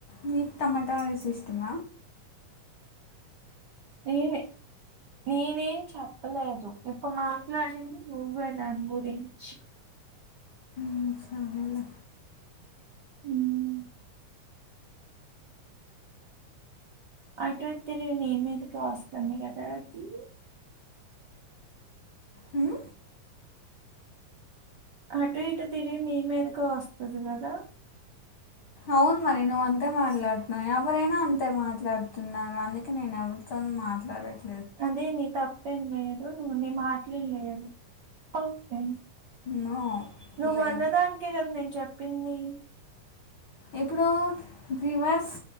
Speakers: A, on the left (about 60°); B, on the right (about 75°).
A: మీకు టమాటా రైస్ ఇష్టమ
B: ఏ లే నేనేం చెప్పలేదు ఇప్పు మాట్లాడింది నువ్వే దాని గురించి
A: మ్మ్ సరే లే
B: ఇంగ అటు తిరిగి నీ మీదకె వస్తంది కదా అది
A: మ్మ్
B: అటు ఇటు తిరిగి నీ మీదకు వస్తది కదా
A: అవును మరి నువ్వు అంతే మాట్లాడుతున్నావు ఎవరైనా అంతే మాట్లాడుతున్నారు అందుకే నేను ఎవరు తోను మాట్లాడట్
B: అదే నీ తప్పేం లేదు నువ్వు నీ మాటలు లేదు ఒకే
A: నో
B: నువ్వు
A: లేవు
B: అన్నదానికే కదా నేను చెప్పింది
A: ఇప్పుడు రివర్స్